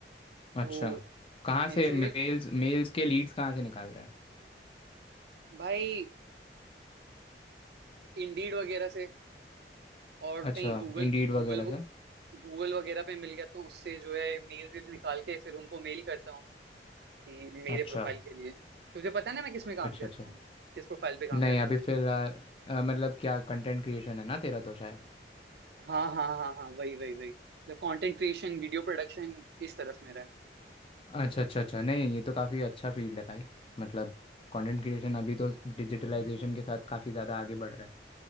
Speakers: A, on the left; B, on the right.
A: अच्छा
B: तो
A: कहाँ
B: इनसे
A: से मेल्स
B: भी
A: मेल्स के लीड्स कहाँ से निकाल रहा है
B: भाई इंडीड वगैरह से और
A: अच्छा
B: कहीं गूगल
A: इंडीड
B: गूगल
A: वगैरह से
B: गूगल वगैरह पे मिल गया तो उससे जो है मेल वेल निकाल के फिर उनको मेल करता हूँ कि मेरे
A: अच्छा
B: प्रोफाइल के लिए तुझे पता है ना मैं किस में काम
A: अच्छा
B: करता
A: अच्छा
B: हूँ किस प्रोफाइल पे काम
A: नहीं
B: करता
A: अभी
B: हूँ
A: फिलहाल अ, मतलब क्या कंटेंट क्रिएशन है ना तेरा तो शायद
B: हाँ हाँ हाँ हाँ वही वही वही मतलब कंटेंट क्रिएशन वीडियो प्रोडक्शन इस तरफ मेरा है
A: अच्छा अच्छा अच्छा नहीं ये तो काफ़ी अच्छा फील्ड है भाई मतलब कंटेंट क्रिएशन अभी तो डिजिटलाइजेशन के साथ काफ़ी ज़्यादा आगे बढ़ रहा है